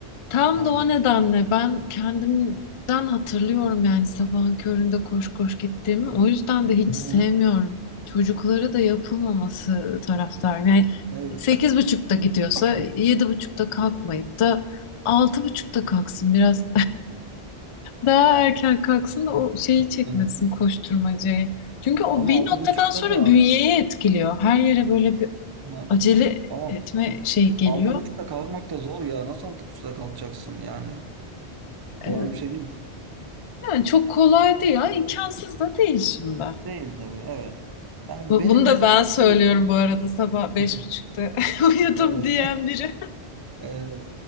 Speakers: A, on the left (about 55°); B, on the right (about 30°).
A: tam
B: Yani.
A: da o nedenle ben kendimden hatırlıyorum yani sabahın köründe koş koş gittiğimi. O yüzden de hiç sevmiyorum.
B: Hı hı.
A: Çocuklara da yapılmaması taraftarım. Yani
B: Evet.
A: sekiz buçukta gidiyorsa
B: <laughs> <coughs>
A: yedi buçukta kalkmayıp da altı buçukta kalksın. Biraz Daha erken kalksın da o şeyi çekmesin
B: Hı hı.
A: koşturmacayı. Çünkü o
B: Ama
A: bir
B: altı
A: noktadan
B: buçukta
A: sonra
B: da
A: bünyeye etkiliyor. Her yere böyle bir
B: ama,
A: acele
B: ama
A: etme şeyi geliyor.
B: altı buçukta kalkmak da zor ya. Nasıl altı buçukta kalkacaksın yani? Kolay
A: Ee,
B: bir şey değil.
A: yani çok kolay değil ama imkansız da değil şimdi.
B: Değil tabii evet. Ya
A: Bu-
B: benim
A: Bunu
B: mesela
A: da ben
B: hafta
A: söylüyorum
B: içi
A: bu arada sabah beş
B: <laughs>
A: buçukta <laughs> uyudum
B: evet,
A: diyen biri.
B: evet.